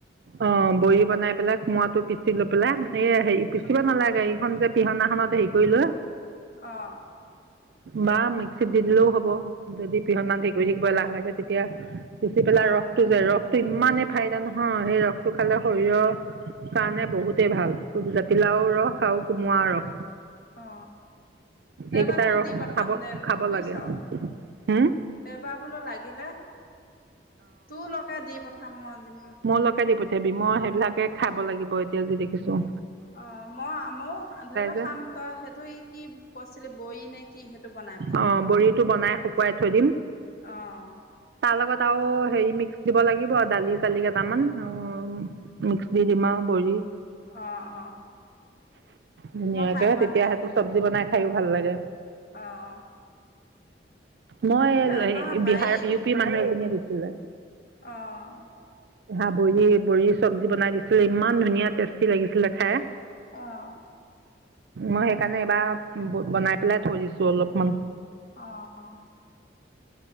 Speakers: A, on the right; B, on the left.
A: অ', বৰি বনাই পেলাই কুমোৰাটো পিচি লৈ পেলাই। এ হেৰি পিচিবা
B: অ',
A: নালাগে এইখন যে পিহনাখনত হেৰি কৰি লোৱা
B: আহ
A: বা মিক্সিত দি দিলেও হ'ব যদি পিহনমান <unintelligible> েক থাকিবা লাহে লাগে তেতিয়া গুচি পেলা
B: অ'।
A: ৰস টো যায় ৰস টো ইমানেই ফাইদা নহয় অ সেই ৰসটো খালে শৰীৰৰ কাৰণে বহুতেই ভাল জাতিলাও
B: উম,
A: ৰস আৰু কোমোৱাও ৰস
B: অ
A: এইকেইটা
B: এইবাৰ তোক
A: ৰস
B: দি পঠাম
A: খাব
B: দে মই
A: খাব
B: বুজিছ
A: লাগে হম
B: এইবাৰ বোলো লাগিলে তোৰ লগত দি পঠাম মই যে
A: মোৰ লগকে দি পঠিয়াবি মই সেইবিলাকে খাব লাগিব এতিয়া যিদে কিছোঁ
B: অ মই মৌ ধৰি লওক
A: যে
B: খাম তই সেইটো কি কৈছিলি বহ নে কি বনাবি।
A: অ বৰিটো বনাই শু পুৱাই থৈ দিম
B: আহ
A: তাৰ লগত আৰু হে মিক্স দিব লাগিব দালি চালি কেইটামান আৰু মিক্স দি দিম আৰু ভৰি
B: অ অ
A: ধুনীয়াকে
B: মই খাই পোৱা
A: তেতিয়া
B: নাই
A: সেটো
B: সেইটো
A: চবজি বনাই খাইও ভাল লাগে
B: অ',
A: মই
B: এই আমাৰ বাৰীত
A: বিহাৰ ইউ পি মানুহ এজনীয়ে দিছো ছিলে
B: অঁ
A: হা বৰি বৰি চব্জি বনাই দিছিলে ইমান ধুনীয়া টেষ্টি লাগিছিলে খাই
B: অ',
A: মই সেইকাৰণে এইবাৰ বনাই পেলাই থৈ দিছো অলপমান
B: আহ